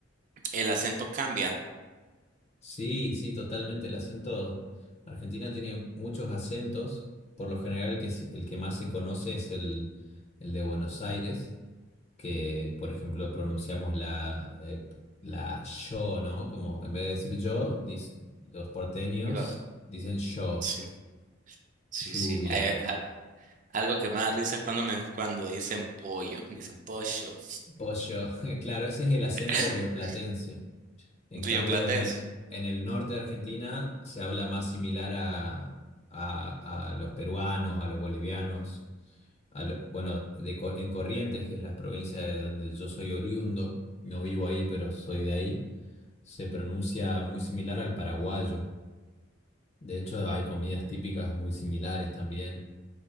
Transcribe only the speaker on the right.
el acento cambia.
Igual.
Sí, sí,
sí. eh, ah, Algo que me da risa es cuando, me, cuando dicen pollo, dicen pollo,
<laughs>
rioplatense.